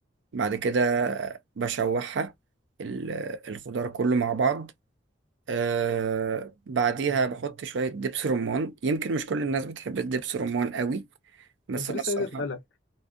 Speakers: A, on the right; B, on the left.
A: بعد كده بشوحها ال- الخضار كله مع بعض آه بعديها بحط شوية دبس رمان يمكن مش كل الناس بتحب الدبس رمان قوي بس
B: كنت
A: أنا
B: لسه
A: الصراحة
B: عايز اسألك